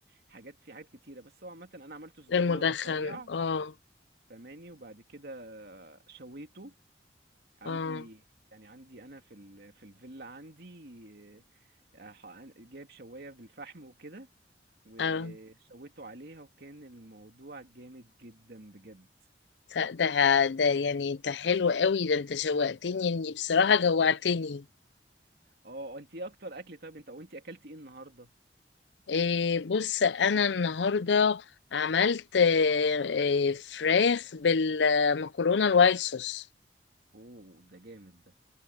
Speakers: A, on the right (about 60°); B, on the left (about 85°).
A: حاجات في حاجات كتيرة بس هو عامة انا عملت صدوق
B: المدخن
A: اللي هو الرفيع
B: اه
A: فماني وبعد كده شويته عندي
B: اه
A: يعني عندي انا في ال... في الفيلا عندي آه، ح- جايب شواية بالفحم وكده وشويته
B: اه
A: عليها وكان الموضوع جامد جدا بجد
B: ف- ده ه- ده يعني انت حلو قوي ده انت شوقتني اني بصراحة جوعتني
A: اه آه، انت ايه اكتر اكل طيب انت وانت اكلتي ايه النهارده
B: إيه بص انا النهاردة عملت إيه إيه فراخ بالمكرونة الوايت صوص
A: اوه ده جامد ده